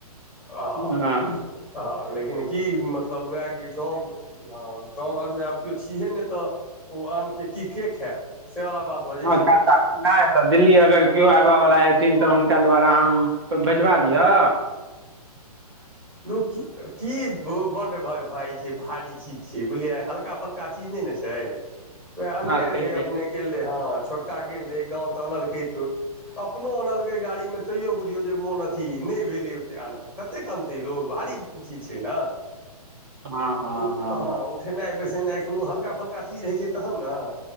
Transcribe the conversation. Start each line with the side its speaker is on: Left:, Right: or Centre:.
Centre: हांँ-
Right: हँ
Centre: हाँ लेकिन की मतलब उहा कि गाँव -- हाँ गाँंव -घर मे आब केओ छिहे ने तऽ ओ आम के की के खायत सेवला बात। भऽ जाइ
Right: हाँ
Centre: छै
Right: टका। ने तऽ दिल्ली अगर केओ आबय वला हेथिन तऽ हुनका द्वारा आम भेजबा दिहा।
Centre: रुकी की। होअ बड्ड भय भारी छै भारी चीज छियै बुझलियै हल्का-फल्का चीज ने-ने छैय। वएह अन्ने
Right: बात सही
Centre: रहे
Right: छै
Centre: अपने गेल रहे हाँ छोटका गेल रहे गाँव तऽ आनलकै तू अप अपनो आनलकै गाड़ी मे तैयो बुझियौ जे मोन अथी ने भेलै ओते आनल कतेक आनत आनते लोग भारी चीज छै न
Right: हँ हँ
Centre: उठ
Right: हँ
Centre: हाँ उठ उठनाइ -बैसेनाइ कोनो हल्का- फल्का चीज है छै तहन न